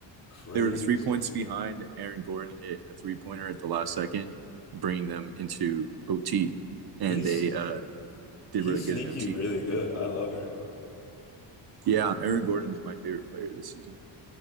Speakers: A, on the left; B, on the right.
A: crazy.
B: They were three points behind. Aaron Gordon hit a three-pointer at the last second, bringing them into OT,
A: He's
B: and they uh, did
A: he's
B: really good
A: sneaky
B: in OT.
A: really good. I love Aaron Gordon.
B: Yeah, Aaron Gordon is my favorite player this season. <laughs>